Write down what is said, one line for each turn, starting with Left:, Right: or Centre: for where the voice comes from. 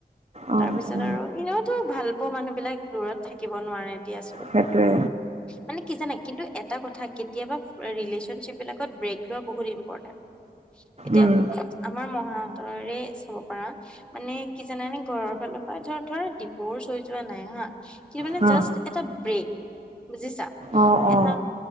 Right: অ
Centre: তাৰ পিছত
Right: অ
Centre: আৰু এনেওতো ভাল পোৱা মানুহ বিলাক দূৰত থাকিব নোৱাৰে দিয়াচোন।
Right: সেইটোৱে।
Centre: মানে কি জানা কিন্তু এটা কথা কেতিয়াবা ৰিলেশ্যনশ্বিপ বিলাকত ব্ৰেক লোৱা বহুত ইম্পৰ্টেন্ট। এতিয়া
Right: উম
Centre: আমাৰ মহাহঁতৰে চাব পাৰা। মানে কি জানানে ঘৰৰ ফালৰ পৰা ধ ধৰা ডিভোৰ্চ হৈ যোৱা নাই হা। কিন্তু মানে
Right: হা
Centre: জাষ্ট এটা ব্ৰেক বুজিছা।
Right: অ অ
Centre: এটা